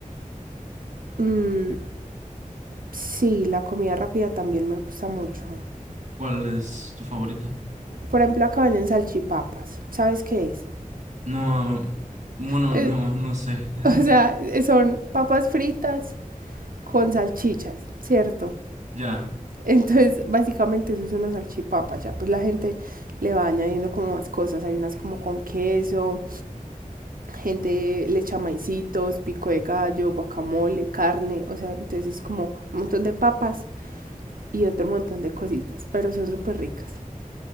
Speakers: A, on the right (about 85°); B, on the right (about 60°).
A: Mm, sí, la comida rápida también me gusta mucho.
B: ¿Cuál es tu favorita?
A: Por ejemplo, acá venden salchipapas. ¿Sabes qué es?
B: No, bueno,
A: Es-
B: no, no sé. <laughs>
A: o sea, eh, son papas fritas con salchichas, ¿cierto?
B: Ya,
A: Entonces, básicamente eso es una salchipapa, ya pues la gente le va añadiendo como más cosas, hay unas como con queso, gente le echa maicitos, pico de gallo, guacamole, carne, o sea, entonces es como un montón de papas y otro montón de cositas, pero son súper ricas.